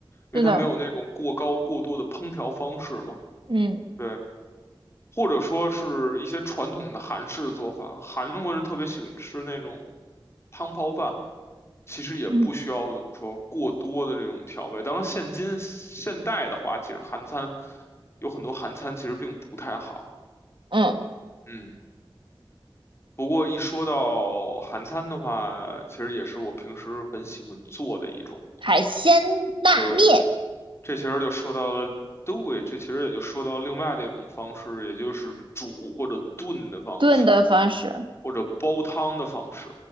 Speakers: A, on the left (about 30°); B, on the right (about 70°).
A: 为它没有那种过高过多的烹调方式嘛。
B: 是的，嗯
A: 对。或者说是一些传统的韩式做法，韩国人特别喜欢吃那种汤泡饭，其实也不需要怎么说过多的这种调味。
B: 嗯
A: 当然，现今现代的话，其实韩餐有很多韩餐其实并不太好，
B: 嗯，
A: 嗯。不过一说到韩餐的话，其实也是我平时很喜欢做的一种。
B: 海鲜拉面
A: 对，这其实就说到了，对，这其实也就说到另外的一种方式，也就是煮或者炖的方式。
B: 炖的方式，
A: 或者煲汤的方式。